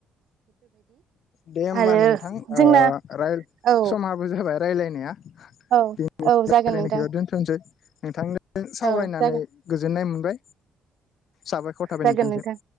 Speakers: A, on the left; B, on the right.
A: दे होमबा
B: आरो
A: नोंथां ओ
B: जोंना
A: राय
B: औ
A: समाबो जाबाय रायलायनाया <inaudible>
B: औ
A: रालाय
B: औ जागोन नोंथां
A: नायखौ इयाव दोनथ'नसै नोंथां जों सावरायनानै
B: औ जागोन
A: गोजोननाय मोनबाय साबायखर थाबाय
B: जागोन
A: नोंथांसिम
B: नोंथां